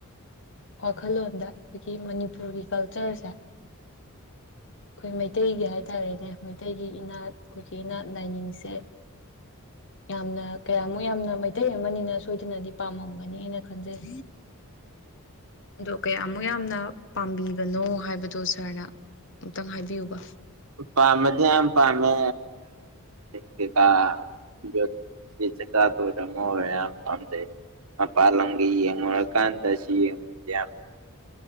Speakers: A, on the left (about 55°); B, on the right (about 70°).
A: ꯋꯥꯈꯜꯂꯣꯟꯗ ꯑꯩꯈꯣꯏꯒꯤ ꯃꯅꯤꯄꯨꯔꯒꯤ ꯀꯜꯆꯔꯁꯦ ꯑꯩꯈꯣꯏ ꯃꯩꯇꯩꯒꯤ ꯍꯥꯏꯇꯥꯔꯦꯅꯦ ꯃꯩꯇꯩꯒꯤ ꯏꯅꯥꯠ ꯑꯩꯈꯣꯏꯒꯤꯅꯥꯠ ꯂꯥꯏꯅꯤꯡꯁꯦ ꯌꯥꯝꯅ ꯀꯌꯥꯃꯨꯛ ꯌꯥꯝꯅ ꯃꯩꯇꯩ ꯑꯃꯅꯤꯅ ꯁꯣꯏꯗꯅꯗꯤ ꯄꯥꯝꯃꯝꯒꯅꯤꯅ ꯈꯟꯖꯩ ꯑꯗꯣ ꯀꯌꯥꯃꯨꯛ ꯌꯥꯝꯅ ꯄꯥꯝꯕꯤꯕꯅꯣ ꯍꯥꯏꯕꯗꯣ ꯁꯥꯔꯅ ꯑꯃꯨꯛꯇꯪ ꯍꯥꯏꯕꯤꯌꯨꯕ
B: ꯄꯥꯝꯕꯗꯤ ꯌꯥꯝ ꯄꯥꯝꯃꯦ ꯀꯩꯀꯥ ꯌꯣ ꯆꯆꯥ ꯊꯨꯔ ꯑꯃ ꯑꯣꯏꯔꯦ ꯌꯥꯝ ꯄꯥꯝꯖꯩ ꯃꯄꯥꯜ ꯂꯝꯒꯤ ꯌꯦꯡꯉꯨꯔꯀꯥꯟꯗ ꯁꯤ ꯌꯦꯡꯕꯗꯤ ꯌꯥꯝꯥꯝꯖ